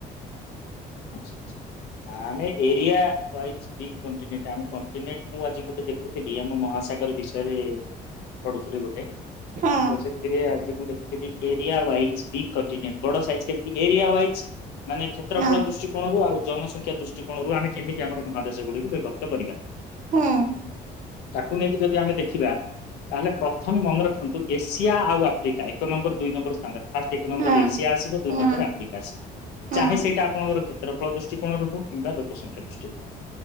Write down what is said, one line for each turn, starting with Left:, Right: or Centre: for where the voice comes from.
Left: ଆଛା, ଆଛା, ଆମେ ଏରିଆ ୱାଇଜ ବି କଣ୍ଟିନେଟ, ଆମ କଣ୍ଟିନେଟ ମୁଁ ଆଜି ଗୋଟେ ଦେଖୁଥିଲି ଆମ ମହାସାଗର ବିଷୟରେ ପଢୁଥିଲି ଗୋଟେ,
Right: ହୁଁ
Left: ତ ସେ ସେଥିରେ ଆଜି ମୁଁ ଦେଖୁଥିଲି, ଏରିଆ ୱାଇଜ ବି କଣ୍ଟିନେଣ୍ଟ, ବଡ ସାଇଜ କେ ଏରିଆୱାଇଜ। ମାନେ କ୍ଷେତ୍ର
Right: ହୁଁ
Left: ଫଳ ଦୃଷ୍ଟି କୋଣରୁ ଆଉ ଜନସଂଖ୍ୟା ଦୃଷ୍ଟିକୋଣରୁ, ଆମେ କେମିତି ଆମର ମହାଦେଶ ଗୁଡିକୁ ବିଭକ୍ତ କରିବା?
Right: ହୁଁ
Left: ତାକୁ ନେଇକି ଯଦି ଆମେ ଦେଖିବା ତାହେଲେ ପ୍ରଥମେ ମନେ ରଖନ୍ତୁ, ଏସିଆ ଆଉ ଆଫ୍ରିକା, ଏକ ନମ୍ବର ଦୁଇ ନମ୍ବର ସ୍ଥାନରେ। ଫାଷ୍ଟ ଏକ ନମ୍ବର
Right: ହୁଁ
Left: ଏସିଆ ଆସିବ, ଦୁଇ
Right: ହୁଁ
Left: ନମ୍ବର ଆଫ୍ରିକା ଆସିବ,
Right: ହୁଁ
Left: ଚାହେ ସେଇଟା ଆପଣଙ୍କର କ୍ଷେତ୍ରଫଳ ଦୃଷ୍ଟି କୋଣ ରହୁ କିମ୍ବା ଲୋକ ସଂଖ୍ୟା ଦୃଷ୍ଟ କୋଣରୁ,